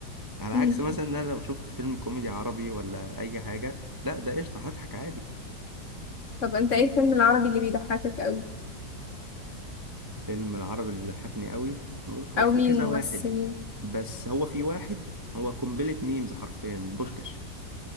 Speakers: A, on the right (about 20°); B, on the left (about 50°).
A: على
B: مم.
A: عكس مثلا ان انا لو شفت فيلم كوميدي عربي ولا اي حاجه لا ده قشطه هضحك عادي
B: طب انت ايه الفيلم العربي اللي بيضحكك قوي
A: فيلم العربي اللي بيضحكني قوي هو
B: او
A: في
B: مين
A: كذا
B: الممثلين
A: واحد بس هو في واحد هو قنبله ميمز حرفيا بوشكاش